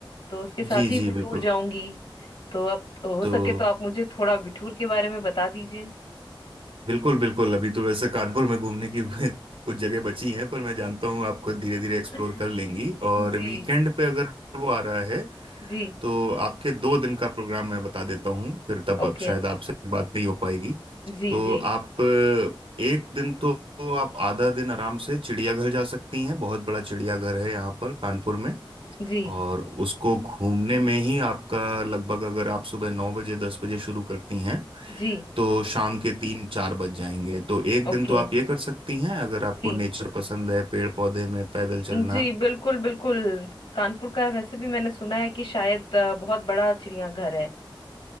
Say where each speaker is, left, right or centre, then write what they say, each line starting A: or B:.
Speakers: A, on the left; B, on the right.
A: तो उसके साथ
B: जी
A: ही
B: जी
A: बिठूर
B: बिल्कुल
A: जाऊंगी तो अब हो
B: तो
A: सके तो आप मुझे थोड़ा बिठूर के बारे में बता दीजिए
B: बिल्कुल बिल्कुल अभी तो वैसे कानपुर में घूमने की <laughs> कुछ जगह बची हैं पर मैं जानता हूँ आप खुद धीरे धीरे एक्सप्लोर
A: <laughs>
B: कर लेंगी और
A: जी
B: वीकेंड पे अगर वो आ रहा है
A: जी
B: तो आपके दो दिन का प्रोग्राम मैं बता देता हूँ फिर तब
A: ओके
B: अब शायद आपसे बात नहीं हो पाएगी
A: जी
B: तो
A: जी
B: आप अ, एक दिन तो तो आप आधा दिन आराम से चिड़ियाघर जा सकती हैं बहुत बड़ा चिड़ियाघर है यहाँ पर कानपुर में
A: जी
B: और उसको घूमने में ही आपका लगभग अगर आप सुबह नौ बजे दस बजे शुरू करती हैं
A: जी
B: तो शाम के तीन चार बज जाएंगे तो एक
A: ओके
B: दिन तो आप ये कर सकती हैं अगर आपको
A: जी
B: नेचर पसंद है पेड़ पौधे में पैदल चलना
A: जी बिल्कुल बिल्कुल कानपुर का है, वैसे भी मैंने सुना है कि शायद अ, बहुत बड़ा चिड़ियाघर है